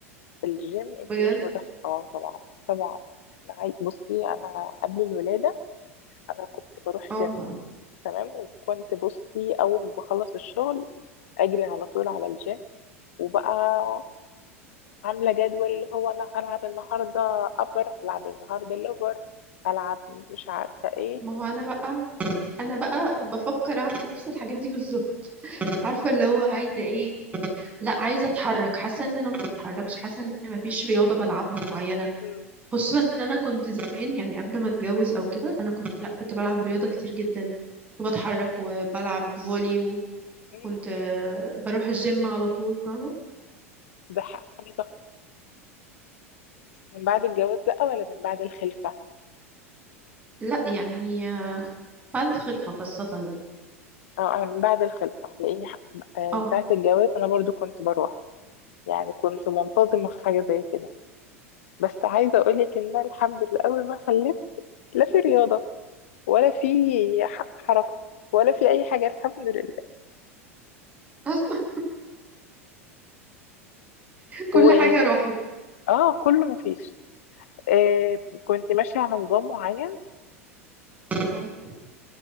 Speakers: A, on the left; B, on the right.
A: الجيم انتي
B: بجد
A: مش متخ اه طبعا طبعا انا عاي... بصي انا قبل الولادة انا كنت بروح
B: اه
A: جيم تمام وكنت بصي اول ما بخلص الشغل اجري على طول على الجيم وبقى عاملة جدول اللي هو انا هلعب النهاردة ابر هلعب النهاردة لور هلعب مش عارفة ايه
B: ما هو انا بقى انا بقى بفكر اعمل نفس الحاجات دي بالظبط عارفه اللي هو عايزه ايه لا عايزه اتحرك حاسه ان انا ما بتحركش حاسه ان انا ما فيش رياضه بلعبها معينه
A: مم.
B: خصوصا ان انا كنت زمان يعني قبل ما اتجوز او كده انا كنت لا كنت بلعب رياضه كتير جدا كنت بتحرك وبلعب فولي
A: مم.
B: كنت آه، بروح الجيم على طول فاهمة
A: ده حق- حاجة من بعد الجواز بقى ولا من بعد الخلفة؟
B: لا يعني آه، بعد الخلفة خاصة يعني
A: اه انا من بعد الخلفة لاني ح- آه،
B: اه
A: ساعة الجواز انا برضو كنت بروح يعني كنت منتظمة في حاجة زي كده بس عايزة اقولك ان أنا الحمد لله اول ما خلفت لا في رياضة ولا في ح- حركة ولا في اي حاجة الحمد لله
B: اصلا <laughs> كل
A: و
B: حاجة راحت
A: اه كله مفيش آه كنت ماشية على نظام معين
B: اه